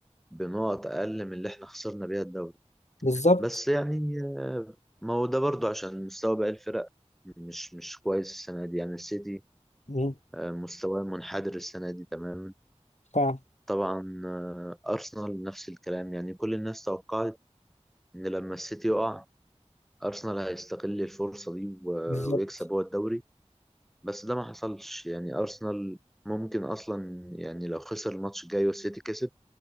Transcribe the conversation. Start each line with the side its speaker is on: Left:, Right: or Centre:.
Centre: بنقط اقل من اللي احنا خسرنا بيها الدوري
Left: بالظبط
Centre: بس يعني آه، ما هو ده برضو عشان مستوى باقي الفرق مش مش كويس السنة دي يعني السيتي
Left: مم.
Centre: آه، مستواه منحدر السنة دي تماما
Left: فعلا
Centre: طبعا آه، أرسنال نفس الكلام يعني كل الناس توقعت إن لما السيتي يقع أرسنال هيستغل الفرصة دي و-
Left: بالظبط
Centre: ويكسب هو الدوري بس ده ما حصلش يعني أرسنال ممكن أصلا يعني لو خسر الماتش الجاي والسيتي كسب